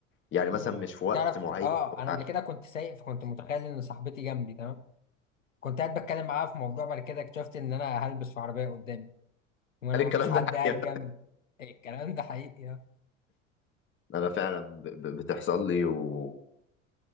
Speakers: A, on the left; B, on the left.
A: يعني مثلا
B: امم
A: مش في وقت
B: تعرف
A: معين
B: اه
A: وبتاع.
B: انا قبل كده كنت سايق فكنت متخيل ان صاحبتي جنبي تمام كنت قاعد بتكلم معاها في موضوع بعد كده اكتشفت ان انا هلبس في عربيه قدامي وانا
A: هل الكلام
B: مفيش حد
A: ده حقيقة
B: قاعد جنبي إيه الكلام ده حقيقي اه.
A: انا فعلا ب- ب- بتحصل لي و...